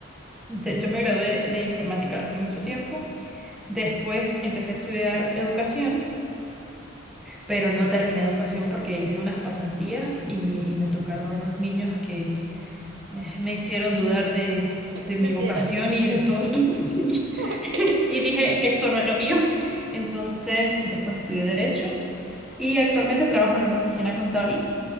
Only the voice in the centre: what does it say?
de- yo me gradué de informática hace mucho tiempo. Después empecé a estudiar educación, pero no terminé educación porque hice unas pasantías y, y me tocaron unos niños que eh, me hicieron dudar de, de
mi vocación
y de todo. <laughs> sí.
Y dije, esto no es lo mío. Entonces, después estudié derecho y actualmente trabajo en una oficina contable.